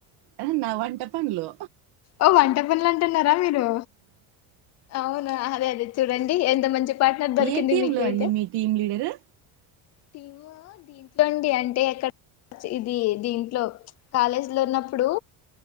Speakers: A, on the right (about 60°); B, on the left (about 40°).
A: అ నా వంట పన్లు
B: ఓ వంట పనులు అంటున్నారా మీరు అవునా అదే అదే చూడండి ఎంత మంచి పార్ట్నర్ దొరికింది
A: ఏ టీం
B: మీకైతే
A: లో అండి మీ టీం లీడరు
B: టీము దీంట్లోండి అంటే ఎక్కడ ఇది దీంట్లో కాలేజీ లో ఉన్నప్పుడు